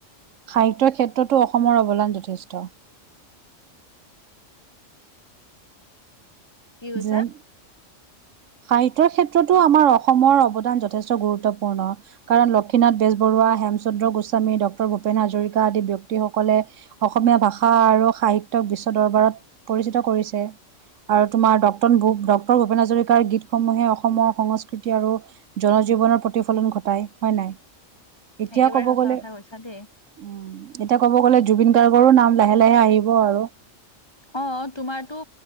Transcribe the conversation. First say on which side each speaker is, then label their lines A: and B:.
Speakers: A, on the right; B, on the left.
A: সাহিত্যৰ ক্ষেত্ৰতো অসমৰ অৱদান যথেষ্ট।
B: কি
A: যেন
B: <unintelligible>
A: সাহিত্যৰ ক্ষেত্ৰতো আমাৰ অসমৰ অৱদান যথেষ্ট গুৰুত্বপূৰ্ণ। কাৰণ লক্ষ্মীনাথ বেজবৰুৱা হেমচন্দ্ৰ গোস্বামী ডক্তৰ ভূপেন হাজৰিকা আদি ব্যক্তিসকলে অসমীয়া ভাষা আৰু সাহিত্যক বিশ্ব দৰবাৰত পৰিচিত কৰিছে। আৰু তোমাৰ ডক্টন ভোপ ডক্টৰ ভূপেন হাজৰিকাৰ গীতসমূহে অসমৰ সংস্কৃতি আৰু জনজীৱনৰ প্ৰতিফলন ঘটাই হয় নাই এতিয়া
B: একেবাৰে
A: কব
B: সঁচা
A: গ'লে
B: কথা কৈছা দেই।
A: উম এতিয়া ক'ব গ'লে জুবিন গাৰ্গৰো নাম লাহে লাহে আহিব আৰু।
B: অ তোমাৰতো